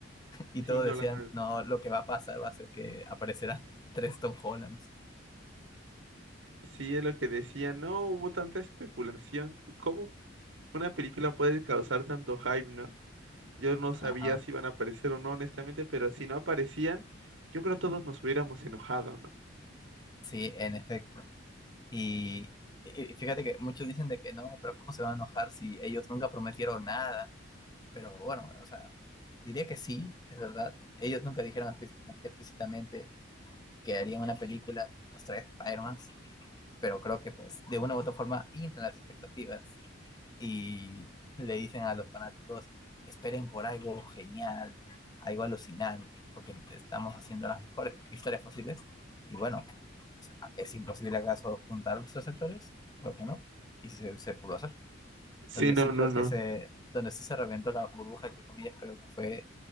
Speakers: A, on the left; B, on the right.
A: Y
B: sí,
A: todos
B: no
A: decían,
B: la...
A: no, lo que va a pasar va a ser que aparecerán <laughs> tres Tom Hollands.
B: Sí, es lo que decía. No hubo tanta especulación. ¿Cómo Una película puede causar tanto hype, ¿no? Yo no sabía
A: Ajá,
B: si iban a aparecer o no, honestamente, pero si no aparecían, yo creo que todos nos hubiéramos enojado, ¿no?
A: sí, en efecto. Y, y fíjate que muchos dicen de que no, pero ¿cómo se van a enojar si ellos nunca prometieron nada? Pero bueno, o sea, diría que sí, es verdad. Ellos nunca dijeron explícita- explícitamente que harían una película con los tres Spider-Mans, pero creo que pues de una u otra forma inflan las expectativas y le dicen a los fanáticos, esperen por algo genial, algo alucinante, porque estamos haciendo las mejores <laughs> historias posibles. Y bueno, ¿es imposible acaso juntar los tres sectores? Creo que no. Y se, se pudo hacer.
B: Sí,
A: Donde
B: no,
A: sí creo
B: no, no.
A: que se, donde sí se reventó la burbuja, entre comillas, creo que fue